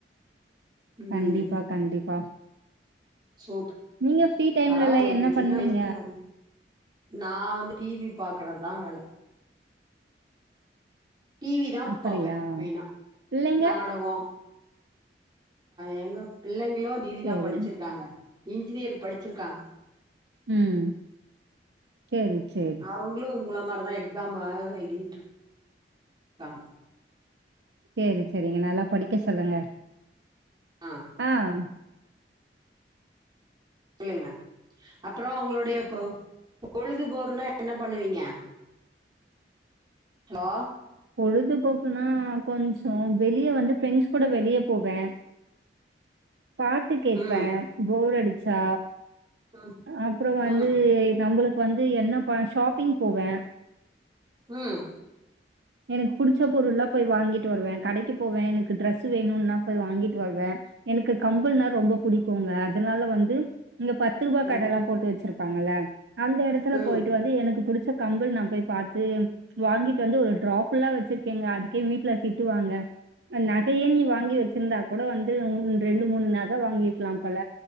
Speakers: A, on the right (about 25°); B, on the right (about 70°).
A: ம்
B: கண்டிப்பா கண்டிப்பா
A: சூப்
B: நீங்க ஃப்ரீ டைம்லலா
A: பரவாலயே இப்டி
B: என்ன பண்ணுவீங்க
A: சின்ன வயசுலயே நல் நா வந்து டிவி பாக்கறதுதா வேல டிவி தா
B: அப்படியா
A: பாப்பே மெயினா
B: பிள்ளைங்க
A: நாடகோ எங்க பிள்ளைங்களு டிகிரிதா
B: சேரி
A: படிச்சிருக்காங்க இன்ஜினியர் படிச்சிருக்காங்க
B: ம் சேரி சேரி
A: அவங்களு உங்கள மாரி தா எக்ஸாமா எழுதிட்டு இருப்பாங்க
B: சேரி சேரிங்க நல்லா படிக்க சொல்லுங்க
A: ஆஹ்
B: ஆஹ்
A: இல்லங்க அப்புறோ உங்களுடைய பொழுதுபோக்குனா என்ன பண்ணுவீங்க ஹலோ
B: பொழுதுபோக்குன்னா கொஞ்சோ வெளிய வந்து பிரஃரெண்ட்ஸ் கூட வெளிய போவே பா பாட்டு கேப்பே
A: ம்
B: போர் அடிச்சா
A: ம்
B: அப்புறோ வந்து
A: ம்
B: நம்மளுக் வந்து என்ன ப ஷாப்பிங் போவே
A: உம்
B: எனக்கு பிடிச்ச பொருள்ல்லா போய் வாங்கிட்டு வருவே கடைக்கு போவே எனக்கு டிரரெஸு வேணுன்னா போய் வாங்கிட்டு வருவே எனக்கு கம்பள்ன்னா ரொம்ப பிடிக்குங்க அதனால வந்து இங்க பத்துருவா
A: ம்
B: கடல்லா போட்டு வச்சிருப்பாங்கல்ல அந்த எடத்துல
A: ம்
B: போய்ட்டு வந்து எனக்கு பிடிச்ச கம்பள் நா போய் பாத்து வாங்கிட்டு வந்து ஒரு ட்ராஃபுல்லா வச்சிருக்கேங்க அதுக்கே வீட்டுல திட்டுவாங்க நகையே நீ வாங்கி வச்சிருந்தா கூட வந்து உ ரெண்டு மூணு நகை வாங்கிருக்லா போல